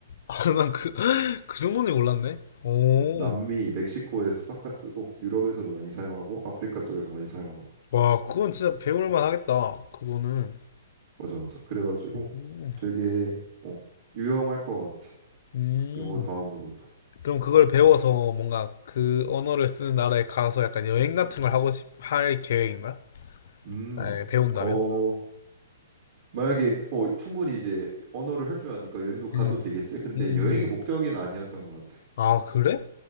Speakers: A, on the left; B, on the right.
A: <laughs> 난 그, 그 정도는 몰랐네. 오.
B: 음, 남미, 멕시코에서 싹 다 쓰고 유럽에서도 많이 사용하고 아프리카 쪽에서 많이 사용하고
A: 와, 그건 진짜 배울만 하겠다. 그거는.
B: 맞아 맞아. 그래가지고
A: 음.
B: 되게 어, 유용할 것 같아.
A: 음.
B: 영어 다음으로도.
A: 그럼 그걸 배워서 뭔가 그 언어를 쓰는 나라에 가서 약간 여행 같은 걸 하고 싶, 할 계획인 거야?
B: 음,
A: 만약에 배운다면?
B: 어 만약에 어 충분히 이제 언어를 할 줄 아니까 여행도 가도
A: 음.
B: 되겠지. 근데
A: 음. 음.
B: 여행이 목적은 아니었던 것 같아.
A: 아, 그래?